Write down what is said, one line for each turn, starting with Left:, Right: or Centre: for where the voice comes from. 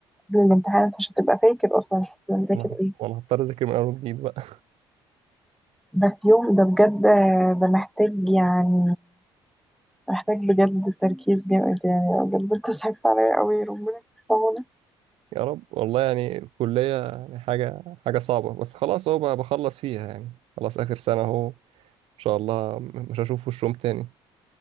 Centre: قبل الامتحان أنت مش هتبقى فاكر أصلا كنت مذاكر
Right: أنا هط-
Centre: إيه
Right: وأنا هضطر أذاكر من أول وجديد بقى
Centre: ده في يوم ده بجد ده محتاج يعني محتاج بجد تركيز جامد يعني بجد أنت صعبت عليا أوي ربنا يكون في عونك.
Right: <laughs> يا رب والله يعني الكلية يعني حاجة حاجة صعبة بس خلاص أهو بقى بخلص فيها يعني خلاص آخر سنة أهو شاء الله م- مش هشوف وشهم تاني